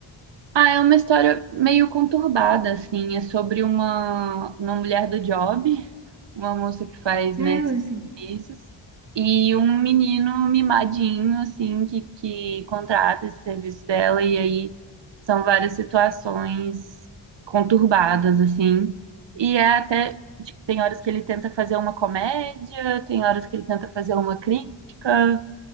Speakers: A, on the right; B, on the right.
A: Ah, é uma história meio conturbada, assim. É sobre uma, uma mulher do job, uma moça que faz, né,
B: Ah,
A: esses
B: eu, assim,
A: serviços, e um menino mimadinho, assim, que, que contrata esse serviço dela, e aí são várias situações conturbadas, assim. E é até, tipo, tem horas que ele tenta fazer uma comédia, tem horas que ele tenta fazer uma crítica.